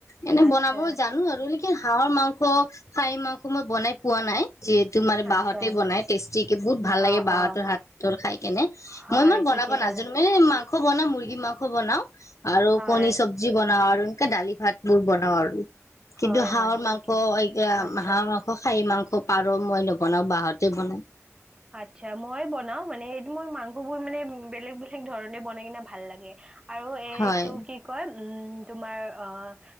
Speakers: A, on the left; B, on the right.
A: এনে
B: আচ্ছা,
A: বনাব জানো আৰু লেকিন হাঁহৰ মাংস, খাহী মাংস মই বনাই পোৱা নাই। যিহেতু মানে
B: আচ্ছা।
A: বাঁহতেই বনাই টেষ্টিকে বহুত ভাল
B: অ',
A: লাগে বাঁহতৰ
B: অ',
A: হাত <unintelligible> খাই কেনে
B: হয়,
A: মই ইমান বনাব
B: ঠিকে ক'লা।
A: নাজানো মানে মাং মাংস বনাও, মুৰ্গী মাংস বনাও। আৰু
B: হয়,
A: কণী চব্জি বনোও। একে দালি ভাত বোৰ বনাওঁ আৰু।
B: হয়,
A: কিন্তু হাঁহৰ
B: হয়,
A: মাংস,
B: ঠিকে।
A: এই
B: আচ্ছা,
A: হাঁহৰ মাংস, খাহী মাংস আ পাৰ মই নবনাওঁ বাহতে বনাই।
B: আচ্ছা মই বনাও। মানে সেইটো মোৰ মাংস বোৰ মানে বেলেগ বেলেগ ধৰণে বনাই কিনে ভাল লাগে। আৰু এইটো
A: হয়
B: কি কয় উম তোমাৰ অ'